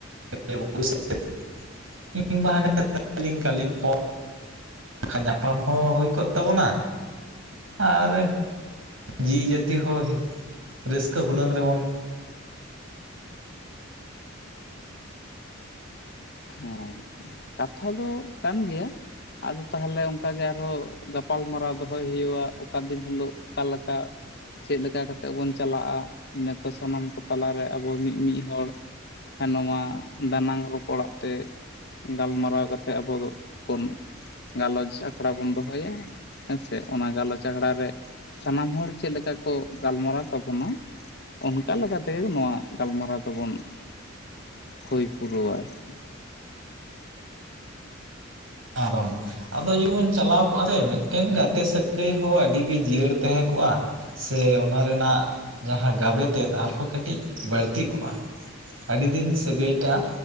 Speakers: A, on the right; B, on the left.
A: <unintelligible> ᱠᱤᱝᱵᱟ ᱦᱟᱱᱮ <unintelligible> ᱠᱟᱞᱤᱝ ᱯᱚᱝ, ᱵᱟᱠᱷᱟᱱ ᱧᱟᱯᱟᱢ ᱠᱚ ᱦᱚᱸ ᱦᱳᱭ ᱠᱚᱜ ᱛᱟᱵᱚᱱᱟ᱾ ᱟᱨ ᱡᱤᱣᱤ ᱡᱟᱹᱛᱤ ᱦᱚᱸ ᱨᱟᱹᱥᱠᱟᱹ ᱦᱩᱞᱟᱹᱝ ᱨᱮᱵᱚᱱ,
B: ᱦᱚᱸ ᱠᱟᱛᱷᱟ ᱫᱚ ᱠᱟᱱ ᱜᱮᱭᱟ᱾ ᱟᱫᱚ ᱛᱟᱦᱚᱞᱮ ᱚᱝᱠᱟ ᱜᱮ ᱟᱨᱦᱚᱸ ᱜᱟᱯᱟᱞ ᱢᱟᱨᱟᱣ ᱫᱚᱦᱚᱭ ᱦᱳᱭᱳᱜᱼᱟ ᱚᱠᱟ ᱫᱤᱱ ᱦᱤᱞᱳᱜ, ᱚᱠᱟ ᱞᱮᱠᱟ᱾ ᱪᱮᱫ ᱞᱮᱠᱟ ᱠᱟᱛᱮᱜ ᱵᱚᱱ ᱪᱟᱞᱟᱜᱼᱟ ᱤᱱᱟᱹ ᱠᱚ ᱥᱟᱱᱟᱢ ᱠᱚ ᱛᱟᱞᱟᱨᱮ ᱟᱵᱚ ᱢᱤᱜ ᱢᱤᱜ ᱦᱚᱲ, ᱦᱮᱸ ᱱᱚᱣᱟ ᱫᱟᱱᱟᱝ ᱨᱚᱯᱚᱲᱟᱜ᱾ ᱛᱮ ᱜᱟᱞᱢᱟᱨᱟᱣ ᱠᱟᱛᱮᱜ ᱟᱵᱚ ᱫᱚ ᱵᱚᱱ, ᱜᱟᱞᱚᱪ ᱟᱠᱷᱲᱟ ᱵᱚᱱ ᱫᱚᱦᱚᱭᱟ ᱦᱮᱸ ᱥᱮ ᱚᱱᱟ ᱜᱟᱞᱚᱪ ᱟᱠᱷᱲᱟ ᱨᱮ, ᱥᱟᱱᱟᱢ ᱦᱚᱲ ᱪᱮᱫ ᱞᱮᱠᱟ ᱠᱚ ᱜᱟᱞᱢᱟᱨᱟᱣ ᱛᱟᱵᱚᱱᱟ᱾ ᱚᱱᱠᱟ ᱞᱮᱠᱟ ᱛᱮᱜᱮ ᱱᱚᱣᱟ ᱜᱟᱞᱢᱟᱨᱟᱣ ᱫᱚᱵᱚᱱ ᱦᱩᱭ ᱯᱩᱨᱟᱹᱣᱟ ᱟᱨᱠᱤ।
A: ᱮᱠᱫᱚᱢ। ᱟᱫᱚ ᱡᱩᱫᱤ ᱵᱚᱱ ᱪᱟᱞᱟᱣ ᱠᱚᱜᱼᱟ ᱥᱮ ᱢᱤᱫᱴᱮᱱ ᱜᱟᱛᱮ ᱥᱟᱹᱜᱟᱹᱭ ᱦᱚᱸ ᱟᱹᱰᱤᱜᱮ ᱡᱤᱭᱟᱹᱲ ᱛᱟᱦᱮᱸ ᱠᱚᱜᱼᱟ। ᱥᱮ ᱚᱱᱟ ᱨᱮᱱᱟᱜ ᱡᱟᱦᱟᱸ ᱜᱟᱵᱮᱛᱮᱫ ᱟᱨᱦᱚᱸ ᱠᱟᱹᱴᱤᱡ ᱵᱟᱹᱲᱛᱤ ᱠᱚᱜᱼᱟ। ᱟᱹᱰᱤ ᱫᱤᱱ ᱥᱟᱹᱜᱟᱹᱭ ᱴᱟᱜ